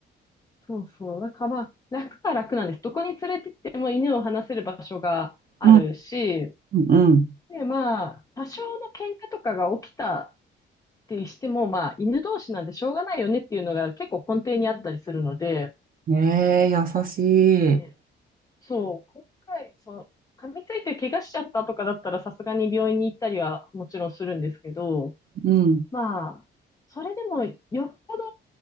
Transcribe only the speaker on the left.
そうそう。なんかまあ、楽は楽なんです。どこに連れてっても犬を離せる場所があるし、
で、まあ、多少の喧嘩とかが起きたってしても、まあ、犬同士なんでしょうがないよねっていうのが結構根底にあったりするので、
ねそう、今回、そう、噛みついて怪我しちゃったとかだったらさすがに病院に行ったりはもちろんするんですけど、
まあ、それでもよっぽど、